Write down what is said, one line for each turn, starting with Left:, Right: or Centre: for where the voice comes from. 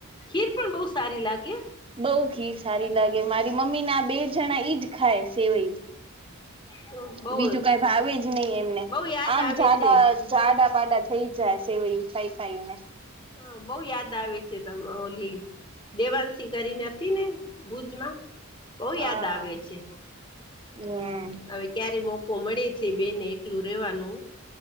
Left: ખીર પણ બહુ સારી લાગે.
Right: બહુ ઘી સારી લાગે, મારી મમ્મી ને બે જણાને ઈજ ખાય સેવાઈ
Left: તો બહુ
Right: બીજું કંઈ ભાવે જ નહી એમને,
Left: બહુ યાદ
Right: આમ
Left: આવે
Right: <unintelligible>
Left: છે
Right: જાડા-પાડા થઈ જાય, સેવઈ ખાઈ ખાઈને.
Left: હા, બહુ યાદ આવે છે તમે હોલી. દેવાંશી કરીને હતી ને, ભુજમાં? બહુ
Right: હા
Left: યાદ આવે છે
Right: હા,
Left: હવે ક્યારે મોકો મળે છે બેને એકલું રહેવાનો?